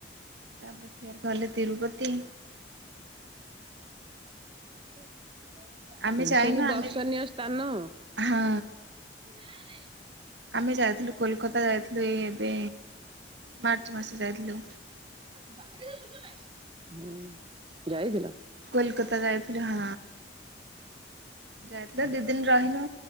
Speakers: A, on the right (about 75°); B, on the right (about 30°).
A: ତାପରେ ଫେର ଗଲେ ତିରୁପତି।
B: <unintelligible>
A: ଆମେ
B: ହ
A: ଯାଇନୁ
B: ସବୁ ଦର୍ଶନୀୟ
A: ଆମେ
B: ସ୍ଥାନ।
A: ହଁ
B: <inaudible>
A: ଆମେ ଯାଉଥିଲୁ କୋଲକତା ଯାଇଥିଲୁ ଏଇ ଏବେ। ମାର୍ଚ୍ଚ ମାସ ଯାଇଥିଲୁ।
B: <unintelligible> ହୁଁ ଯାଇଥିଲ।
A: କୋଲକତା ଯା ଥିଲୁ ହଁ ଯାଇଥିଲ ଦି ଦିନ ରହିନୁ